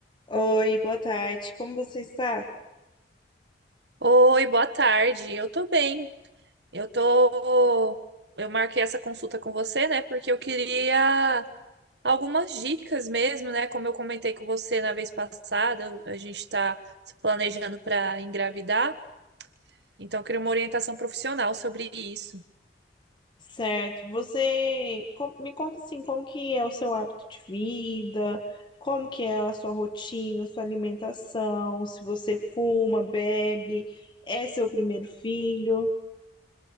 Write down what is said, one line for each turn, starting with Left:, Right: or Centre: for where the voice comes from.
Left: Oi, boa tarde. Como você está?
Right: Oi, boa tarde. Eu tô bem. Eu tô. Eu marquei essa consulta com você, né? Porque eu queria algumas dicas mesmo, né? Como eu comentei com você na vez passada, eu- a gente tá se planejando para engravidar, então eu queria uma orientação profissional sobre isso.
Left: Certo. Você com- me conta assim, como que é o seu hábito de vida? Como que é a sua rotina, sua alimentação? Se você fuma, bebe, é seu primeiro filho?